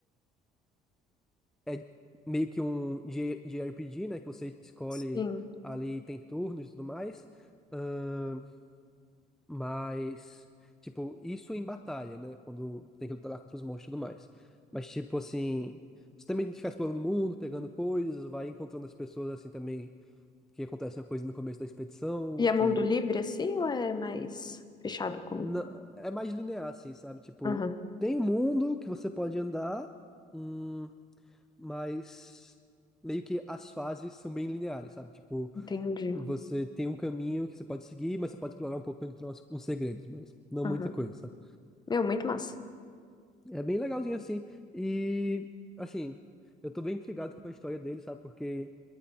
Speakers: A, in the centre; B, on the left (about 25°).
A: é meio que um J- JRPG, né? Que você escolhe
B: Sim.
A: ali, tem turnos e tudo mais. Ah, Mas, tipo, isso em batalha, né? Quando tem que lutar lá contra os monstros e tudo mais. Mas, tipo, assim, você também tem que ficar explorando o mundo, pegando coisas, vai encontrando as pessoas, assim, também, que acontece uma coisa no começo da expedição,
B: E é
A: que
B: mundo livre assim ou é mais fechado como?
A: na- é mais linear, assim, sabe? Tipo,
B: Aham,
A: tem um mundo que você pode andar, hum, mas meio que as fases são bem lineares, sabe? Tipo,
B: entendi.
A: você tem um caminho que você pode seguir, mas você pode explorar um pouco, encontrar uns uns segredos, mas não
B: Aham.
A: muita coisa, sabe?
B: Meu, muito massa.
A: É bem legalzinho assim. E, assim, eu tô bem intrigado com a história dele, sabe? Porque